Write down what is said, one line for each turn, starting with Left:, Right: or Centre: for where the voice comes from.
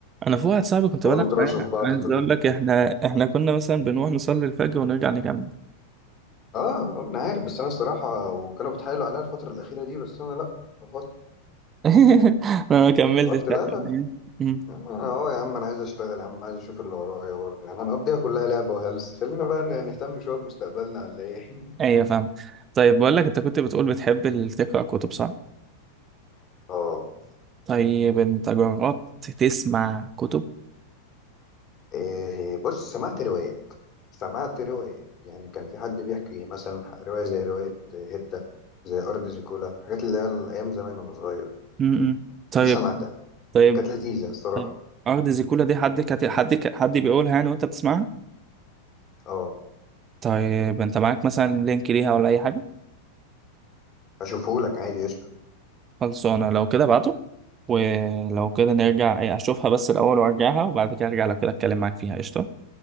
Right: انا في واحد صاحبي كنت
Left: تقعدوا
Right: بلعب
Left: تراشوا
Right: معاه
Left: في بعض
Right: عايز
Left: طول
Right: اقول
Left: الليل
Right: لك احنا احنا كنا مثلا بنروح نصلي الفجر ونرجع نكمل
Left: اه آه، انا عارف بس انا الصراحه وكانوا بيتحايلوا عليا الفتره الاخيره دي بس انا لا رفضت
Right: <laughs> انا ما كملتش
Left: رفضت
Right: بتاعت
Left: لا لا لا
Right: م-م.
Left: يا عم انا اه يا عم انا عايز اشتغل يا عم عايز اشوف اللي ورايا برضه يعني هنقضيها كلها لعبه وهلس خلينا بقى نهتم شويه بمستقبلنا ولا ايه <laughs>
Right: ايوه فاهم طيب بقول لك انت كنت بتقول بتحب ال- تقرا كتب صح
Left: اه
Right: طيب انت جربت تسمع كتب
Left: إيه، بص سمعت روايه سمعت روايات يعني كان في حد بيحكي مثلا ح- رواية زي رواية هبتة زي أرض زيكولا الحاجات اللي هي أيام زمان وأنا صغير
Right: امم طيب
Left: دي سمعتها
Right: طيب
Left: كانت لذيذة الصراحة
Right: طيب ارض زيكولا دي حد كت... حد ك... حد بيقولها يعني وانت بتسمعها
Left: أه
Right: طيب انت معاك مثلا لينك ليها ولا اي حاجه
Left: هشوفهولك عادي قشطة
Right: خلصانه لو كده ابعته ولو كده نرجع إيه، اشوفها بس الاول وارجعها وبعد كده ارجع لو كده اتكلم معاك فيها قشطه